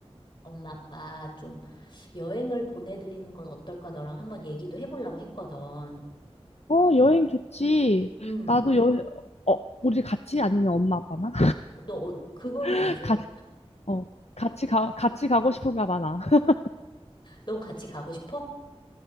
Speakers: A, on the left (about 45°); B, on the left (about 75°).
A: 엄마 아빠 좀 여행을 보내드리는 건 어떨까 너랑 한번 얘기도 해보려고 했거든.
B: 어, 여행 좋지.
A: 음,
B: 나도 여행, 어, 우리 같이 아니면 엄마 아빠만?
A: 너, 어, 그거는
B: <laughs>
A: 이제,
B: 가, 어, 같이 가, 같이 가고 싶은가 많아. <laughs>
A: 넌 같이 가고 싶어?